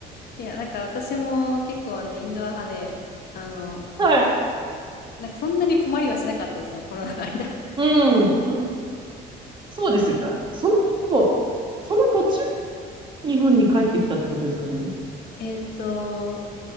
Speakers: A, on the left (about 65°); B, on the right (about 30°).
A: いや、なんか私も結構あの、インドア派で、あの、
B: はい。
A: なんかそんなに困りはしなかったですね、コロナの間。
B: うん、うん、そうですよね。あその子、その途中、日本に帰ってきたってことですかね。
A: <laughs> えっと、